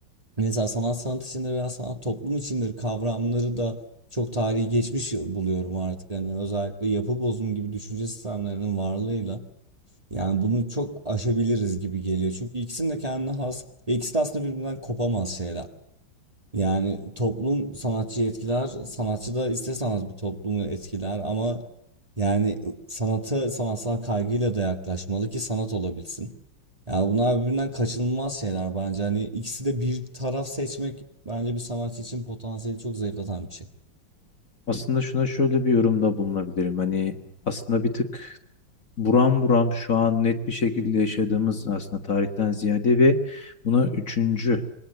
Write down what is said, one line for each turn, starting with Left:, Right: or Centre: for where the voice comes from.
Right: Mesela sanat sanat içindir veya sanat toplum içindir kavramları da çok tarihi geçmiş buluyorum artık. Hani özellikle yapı bozumu gibi düşünce sistemlerinin varlığıyla. Yani bunu çok aşabiliriz gibi geliyor. Çünkü ikisinin de kendine has ve ikisi de aslında birbirinden kopamaz şeyler. Yani toplum sanatçıyı etkiler, sanatçı da ister sanat bir toplumu etkiler ama yani sanata sanatsal kaygıyla da yaklaşmalı ki sanat olabilsin. Yani bunlar birbirinden kaçınılmaz şeyler bence. Hani ikisi de bir taraf seçmek bence bir sanatçı için potansiyeli çok zayıflatan bir şey.
Left: Aslında şuna şöyle bir yorumda bulunabilirim. Hani aslında bir tık buram buram şu an net bir şekilde yaşadığımız aslında tarihten ziyade ve buna üçüncü